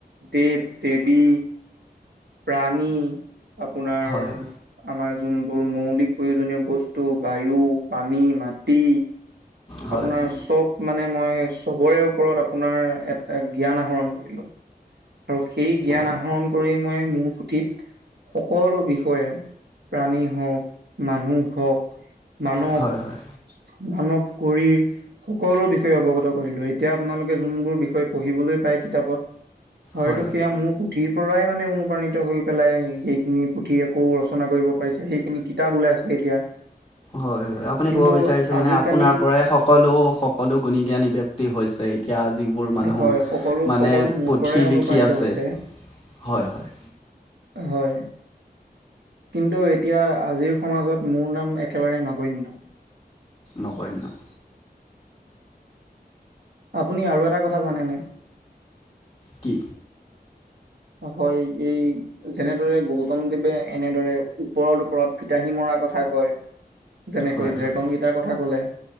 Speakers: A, on the right; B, on the left.
A: দেৱ-দেৱী। প্ৰাণী, আপোনাৰ।
B: হয় হয়
A: আমাৰ যোনবোৰ মৌলিক প্ৰয়োজনীয় বস্তু বায়ু, পানী, মাটি।
B: হয়
A: আপোনাৰ চব। মানে মই চবৰে ওপৰত আপোনাৰ এটা জ্ঞান আহৰণ কৰিলো। আৰু সেই জ্ঞান
B: অ'
A: আহৰণ কৰি মই মোৰ পুথিত। সকলো বিষয়ে, প্ৰাণী হওক মানুহ হওক। মানৱ,
B: হয় হয় হয়
A: মানৱ। কৰি সকলো বিষয়ে অৱগত কৰিলো। এতিয়া আপোনালোকে যোনবোৰ বিষয় পঢ়িবলৈ পায় কিতাপত। হয়তো
B: হয়
A: সেয়া মোৰো। পুথিৰ পৰাই মানে অনুপ্ৰাণিত হৈ পেলাই। সেইখিনি পুথি আকৌ ৰচনা কৰিব পাৰিছে। সেইখিনি কিতাপ ওাই। আছে এতিয়া।
B: হয় হয়। আপুনি
A: কিন্তু
B: ক'ব বিচাৰিছে
A: আজিকালি
B: মানে আপোনাৰ পৰাই। সকলো সকলো গুণী জ্ঞানী ব্যক্তি হৈছে। য়া যিবোৰ মানুহ
A: হয়, সকলো
B: মানে
A: সকলো মোৰ
B: পুথি
A: পৰাই অনুপ্ৰাণিত
B: লিখি আছে।
A: হৈছে।
B: হয় হয়।
A: হয়। কিন্তু এতিয়া আজিৰ সমাজত মোৰ নাম একেবাৰে নগণ্য।
B: নগৈ ন।
A: আপুনি আৰু এটা কথা জানেনে।
B: কি।
A: হয় এই যেনেদৰে গৌতম দেৱে এনেদৰে ওপৰত ওপৰত ফিতাহী মৰা। কথা কৈ যেনেকৈ
B: হয় হয়
A: ড্ৰেগন গটাৰ কথা কলে